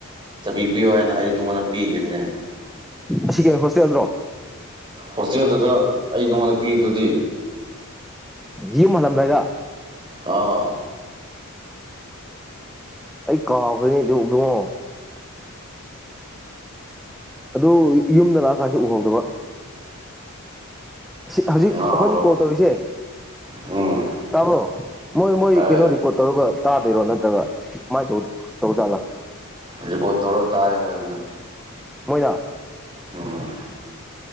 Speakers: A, on the right; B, in the centre.
A: ꯆꯥꯕꯤ ꯄꯤꯌꯣ ꯍꯥꯏꯅ ꯑꯩ ꯅꯉꯣꯟꯗ ꯄꯤꯈꯤꯝꯅꯦ
B: ꯑꯁꯤ ꯀꯩꯒꯤ ꯍꯣꯁꯇꯦꯜꯗ꯭ꯔꯣ
A: ꯍꯣꯁꯇꯦꯜꯗꯨꯗ ꯑꯩ ꯅꯉꯣꯟꯗ ꯄꯤꯗꯨꯗꯤ
B: ꯌꯨꯝ ꯍꯜꯂꯝꯗꯥꯏꯗ
A: ꯑꯥ
B: ꯑꯩ ꯀꯥꯎꯒ꯭ꯔꯦꯍꯦ ꯑꯗꯨ ꯏꯕꯨꯉꯣ ꯑꯗꯨ ꯌꯨꯝꯗ ꯂꯥꯛꯑ ꯀꯥꯟꯁꯨ ꯎꯍꯧꯗꯕ ꯁꯤ ꯍꯧꯖꯤꯛ
A: ꯉꯥꯎꯔ
B: ꯑꯩꯈꯣꯏꯅꯤ ꯀꯣꯜ ꯇꯧꯔꯤꯖꯦ
A: ꯎꯝ
B: ꯇꯥꯕ꯭ꯔꯣ ꯃꯣꯏ ꯃꯣꯏ
A: ꯇꯥꯏ
B: ꯀꯩꯅꯣ ꯔꯤꯀꫭꯠ ꯇꯧꯔꯒ ꯇꯥꯗꯣꯏꯔꯣ ꯅꯠꯇ꯭ꯔꯒ ꯀꯨꯃꯥꯏ ꯇꯧ ꯇꯧꯖꯥꯠꯂꯥ
A: ꯔꯦꯀꯣꯠ ꯇꯧꯔ ꯇꯥꯏ ꯍꯥꯏꯕꯅꯦ
B: ꯃꯣꯏꯅ
A: ꯎꯝ꯫